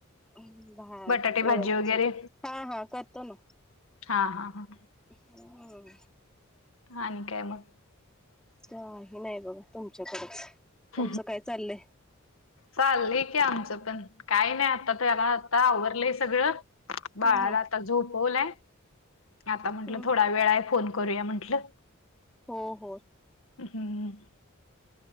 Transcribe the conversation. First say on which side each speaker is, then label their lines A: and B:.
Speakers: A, in the centre; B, on the left.
A: हम्म भात
B: बटाटे
A: यळवण्याची
B: भाजी वगैरे
A: हा हा करतो ना
B: हा हा हा
A: हम्म
B: आणि काय मग
A: काही नाही बघा तुमच्याकडेच
B: <inaudible>
A: तुमचं काय चाललंय
B: चाललंय की आमचं पण काय नाही आता त्याला आता आवरलंय सगळं बाळाला
A: हम्म हम्म
B: आता झोपवलाय आता म्हंटलं
A: हम्म
B: थोडा वेळाय फोन करूया म्हण टल
A: हो हो
B: हम्म